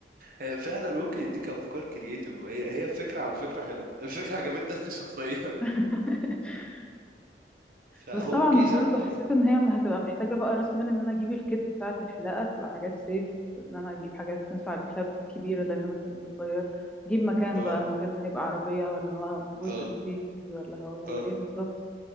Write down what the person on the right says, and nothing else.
هي فعلا ممكن يديك افكار كرييتيف وهي هي فكره على فكره حلوه الفكره عجبتني انا <laughs> شخصيا
فهو
ممكن
يساعدك
فيها
اه
اه
اه